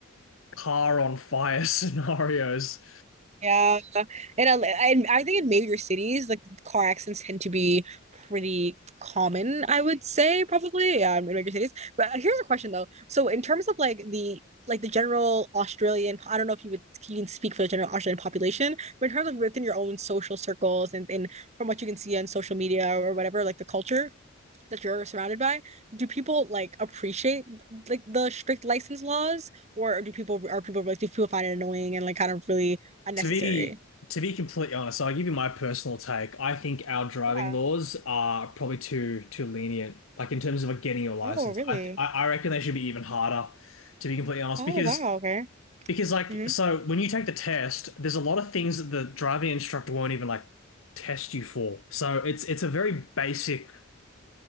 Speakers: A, on the left; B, on the right.
A: car on fire <laughs> scenarios.
B: Yeah, and I, and I think in major cities, like car accidents tend to be pretty common, I would say probably, yeah, in major cities. But here's a question though. So in terms of like the like the general Australian, I don't know if you would you can speak for the general Australian population, but in terms of within your own social circles and, and from what you can see on social media or whatever, like the culture, that you're surrounded by do people like appreciate like the strict license laws or do people are people like do people find it annoying and like kind of really unnecessary
A: To be to be completely honest, I'll give you my personal take. I think our driving
B: Yeah.
A: laws are probably too too lenient, like in terms of like getting your license.
B: Oh, really?
A: I th I I reckon they should be even harder, to be completely honest,
B: Oh,
A: because
B: wow. Okay.
A: because like
B: hmm
A: so when you take the test, there's a lot of things that the driving instructor won't even like test you for. So it's it's a very basic